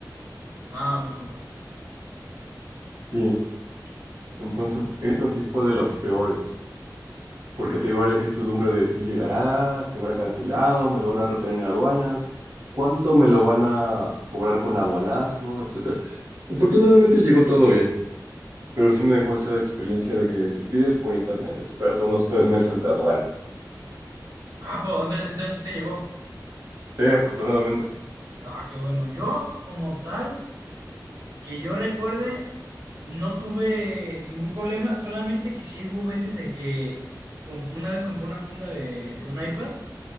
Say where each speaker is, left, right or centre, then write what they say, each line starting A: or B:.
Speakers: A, on the right (about 70°); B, on the right (about 45°).
A: ah, ok, con razón.
B: Sí, entonces esa sí fue de las peores. porque te digo la incertidumbre de si llegará, se habrá cancelado, me lo van a retener en aduanas, cuánto me lo van a cobrar con aduanazo, etcétera. Afortunadamente llegó todo bien, pero sí me dejó esa experiencia de que si pides por internet, espérate unos tres meses de aduana.
A: Ah, pues entonces, entonces sí te llegó.
B: Sí, afortunadamente.
A: Ah, qué bueno. Yo, como tal, que yo recuerde, no tuve ningún problema, solamente que sí hubo veces de que com- una vez compré una funda de, de un iPad